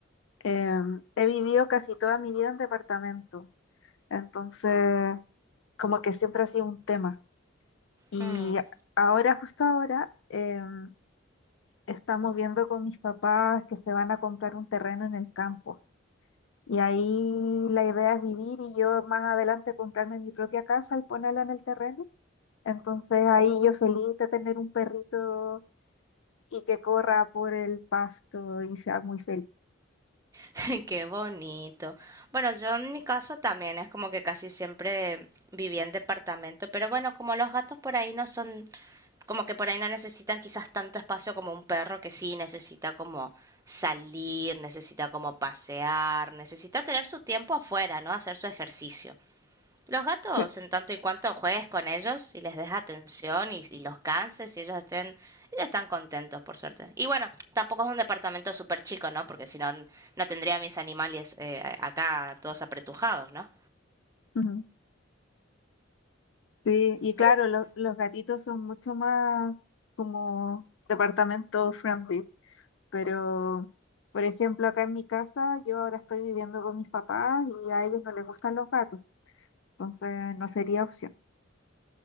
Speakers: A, on the left (about 70°); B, on the right (about 15°).
A: Em, he vivido casi toda mi vida en departamento, entonces como que siempre ha sido un tema. Y
B: Mm,
A: ahora, justo ahora, em, estamos viendo con mis papás que se van a comprar un terreno en el campo. Y ahí la idea es vivir y yo más adelante comprarme mi propia casa y ponerla en el terreno. Entonces ahí yo feliz de tener un perrito y que corra por el pasto y sea muy feliz.
B: <laughs> qué bonito. Bueno, yo en mi caso también es como que casi siempre viví en departamento, pero bueno, como los gatos por ahí no son, como que por ahí no necesitan quizás tanto espacio como un perro que sí necesita como salir, necesita como pasear, necesita tener su tiempo afuera, ¿no? Hacer su ejercicio. Los gatos,
A: Cl-
B: en tanto y cuanto juegues con ellos y les des atención y, y los canses y ellos estén, ellos están contentos, por suerte. Y bueno, tampoco es un departamento súper chico, ¿no? Porque si no, no tendría mis animales eh, acá todos apretujados, ¿no?
A: ujú. Sí, y claro,
B: Pero es
A: lo- los gatitos son mucho más como departamento friendly, pero por ejemplo acá en mi casa yo ahora estoy viviendo con mis papás y a ellos no les gustan los gatos. Entonces no sería opción.